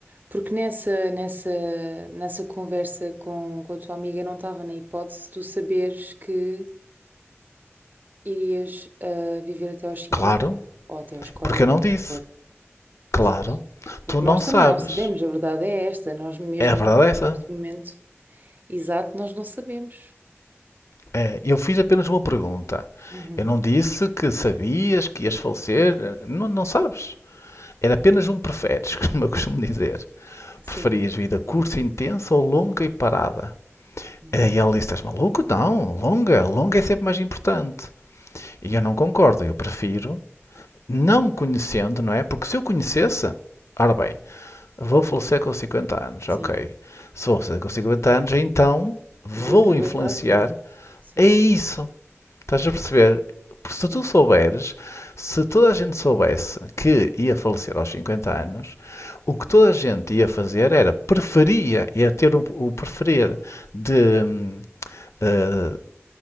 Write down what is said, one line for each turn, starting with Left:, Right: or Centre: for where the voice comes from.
Right: Porque nessa, nessa, nessa conversa com, com a tua amiga não estava na hipótese de tu saberes que irias ah, viver até aos cinquenta
Left: Claro,
Right: ou até aos 40
Left: porque eu não
Right: ou
Left: disse.
Right: o que for.
Left: Claro,
Right: Exato. Porque
Left: tu não
Right: nós
Left: sabes.
Right: também não sabemos, a verdade é esta, nós mesmo
Left: É a verdade é essa.
Right: neste momento exato, nós não sabemos.
Left: É, eu fiz apenas uma pergunta.
Right: Uhum.
Left: Eu não disse que sabias que ias falecer. eh, Não, não sabes. Era apenas um preferes, <laughs> como eu costumo dizer.
Right: Sim,
Left: Preferias vida curta e intensa ou longa e parada?
Right: uhum,
Left: É, E ele disse: Estás maluco? Não, longa. Longa é sempre mais importante. E eu não concordo. Eu prefiro, não conhecendo, não é? Porque se eu conhecesse, ora bem, vou falecer com 50 anos,
Right: sim.
Left: ok. Se vou falecer com 50 anos, então vou
Right: Vou aproveitar
Left: influenciar.
Right: tudo. Sim,
Left: É isso. Estás a perceber? Porque
Right: sim.
Left: se tu souberes, se toda a gente soubesse que ia falecer aos 50 anos, o que toda a gente ia fazer era preferia, ia ter o, o preferir de, hum, eh,